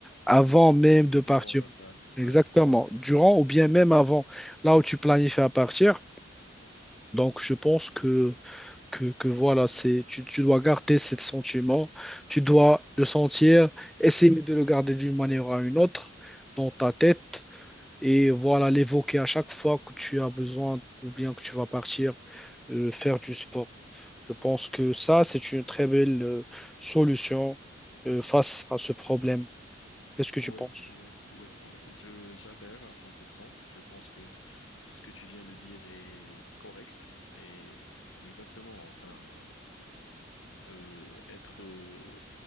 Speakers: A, in the centre; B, on the left.
A: avant même
B: Durant
A: de partir.
B: la salle.
A: Exactement.
B: Ouais.
A: Durant ou bien même avant, là où tu planifies à partir. Donc, je pense que, que, que voilà, c'est, tu, tu dois garder ce sentiment, tu dois le sentir, essayer de le garder d'une manière à une autre dans ta tête et voilà, l'évoquer à chaque fois que tu as besoin ou bien que tu vas partir euh, faire du sport. Je pense que ça, c'est une très belle euh, solution euh, face à ce problème. Qu'est-ce que tu
B: Ouais,
A: penses?
B: ouais, ouais, ouais. Je, j'adhère à 100%. Je pense que ce que tu viens de dire est, est correct et exactement. Enfin, euh, être, euh,